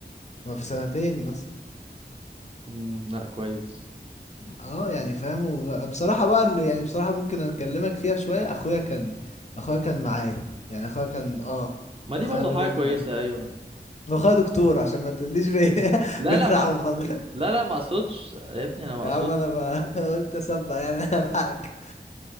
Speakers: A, on the left; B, on the right.
A: ما في سنتين مثلا
B: امم لا كويس
A: اه يعني فاهم وب- بصراحة بقى اللي يعني بصراحة ممكن اكلمك فيها شوية اخويا كان اخويا كان معايا يعني اخويا كان اه
B: ما دي
A: اخويا
B: برضو
A: بادئ
B: حاجة كويسة
A: من قبل
B: ايوه
A: واخويا دكتور عشان ما تقوليش بي- <laughs>
B: لا
A: بيلعب
B: لا ما
A: غلط
B: لا لا ما اقصدش يا ابني انا ما
A: يا
B: اقصدش
A: عم انا بقى <laughs> قلت اسبق يعني أنا الحقك